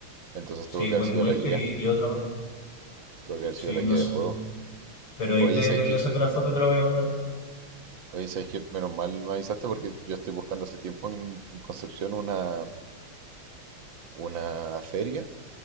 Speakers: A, on the right; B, on the left.
A: Entonces
B: Sí,
A: tuvo que
B: Wind
A: haber sido
B: Waker
A: la guía,
B: y, y otro más.
A: tuvo que haber sido
B: Sí,
A: la guía
B: no sé.
A: de juego.
B: Pero ahí
A: Oye,
B: te
A: ¿sabes qué?
B: le saqué una foto y te la voy a mandar después.
A: Oye, ¿sabes qué? Menos mal me avisaste porque yo estoy buscando hace tiempo en, en Concepción una, una feria